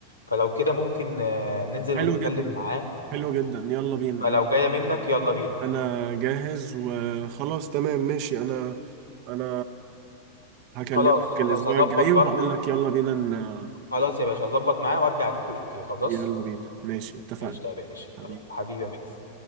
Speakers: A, on the left (about 85°); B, on the right (about 45°).
A: فلو كده ممكن آه، ننزل
B: حلو
A: ونتكلم
B: جدا
A: معاه
B: حلو جدا يلا بينا
A: فلو جايه منك يلا بينا
B: انا جاهز وخلاص تمام ماشي انا انا هكلمك
A: خلاص خلاص
B: الاسبوع
A: هظبط
B: الجاي
A: برضو
B: وهقول لك يلا بينا ن-
A: خلاص يا باشا هظبط معاه وارجع اديك الاوكي خلاص
B: يلا بينا ماشي اتفقنا
A: قشطه يا باشا
B: حبيبي
A: خلاص حبيبي يا ميكس